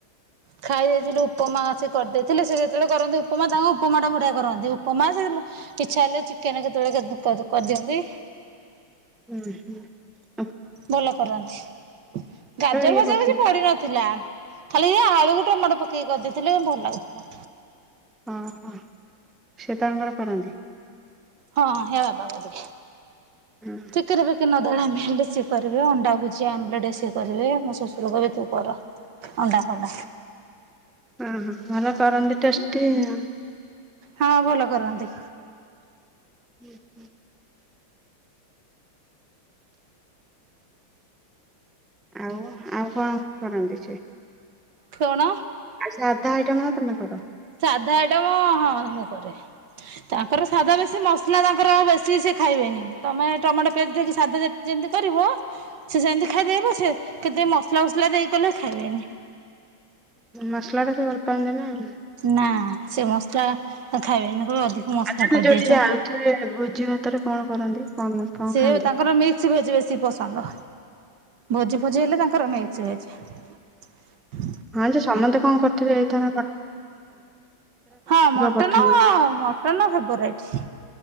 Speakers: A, on the right (about 60°); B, in the centre.
A: ଖାଇ ଦେଇଥିଲୁ ଉପମା ସେ କରିଦେଇଥିଲେ ସେ ଯେତେବେଳେ କରନ୍ତି ଉପମା ତାଙ୍କ ଉପମା ଟା ବୁଢିଆ କରନ୍ତି ଉପମା ସେଏ ଇଛା ହେଲେ ଚିକେନ୍ କେତେବେଳେ କରି କରିଦିଅନ୍ତି।
B: ହୁଁ ହୁଁ।
A: ଭଲ କରଛି ଗାଜର
B: ଇଏ
A: ଭାଜର
B: ପକେଇ
A: କିଛି ପଡି ନଥିଲା। ଖାଲି ଯାହା ଆଳୁ ଗୋଟେ ଟମାଟ ପକେଇି କରି ସେଥିଲେ ବି ଭଲ ଲାଗୁଥିଲା।
B: ଓହୋ ସେତାଙ୍କର କରନ୍ତି।
A: ହଁ ହେରା ବାବା କରିବେ।
B: ହଁ
A: ଚିକେନ ଫିକେନ ଅଧା ଟାଇମ ହେଲେ ସିଏ କରିବେ ଅଣ୍ଡା ଭୁଜିଆ ଆମଲେଟ ସି ଏ କରିବେ ହେଲେ ମୋ ଶଶୁର କହିବେ ତୁ କର ଅଣ୍ଡା ଫଣ୍ଡା
B: ଅ ହ ଭଲ କରନ୍ତି ଟେଷ୍ଟ ଟି ନା
A: ହଁ ଭଲ କରନ୍ତି।
B: ହୁଁ ହୁଁ। ଆଉ ଆଉ କଣ କରନ୍ତି ସିଏ?
A: କଣ?
B: ସାଧା ଆଇଟମ୍ ନା ତମେ କର।
A: ସାଧା ଆଇଟମ ହଁ ମୁଁ କରେ। ତାଙ୍କର ସାଧା ବେଶୀ ମସ୍ତ ମସଲା ତାଙ୍କର ବେଶୀ ସିଏ ଖାଇବେନି ତୁମେ ଟମାଟୋ ପିଆଜ ଦେଇକି ସାଧା ଯେ ଯେମିତି କରିବ ସେ ସେମିତି ଖାଇଦେବେ ପଛେ କେତେ ମସଲା ଫସଲା ଦେଇ କଲେ ଖାଇବେନି।
B: ମସଲା ଟା ଟିକିଏ ଭଲ ପାଆନ୍ତିନି।
A: ନା ସେ ମସଲା ଖାଇବେନି। ଅଧିକ ମସଲା
B: ଆଉ ତ
A: କରିଦେଇଛ।
B: ତେ ଯୋଉଠି ଯାଉଥିବେ ଭୋଜିଭାତ ହାତରେ କଣ କରନ୍ତି? <unintelligible> କଣ
A: ସେ
B: ଖାଆନ୍ତି?
A: ତାଙ୍କର ମିକ୍ସ ଭେଜି ବେଶି ପସନ୍ଦ ଭୋଜି ଫୋଜି ହେଲେ ତାଙ୍କର ମିକସ ଭେଜ।
B: ହଁ ଯେ ସମସ୍ତେ କଣ କର କରିଥିବେ ଏଇଥ
A: ହଁ ମଟନ
B: ପଠନ
A: ମଟନ ଫେବରାଇଟ।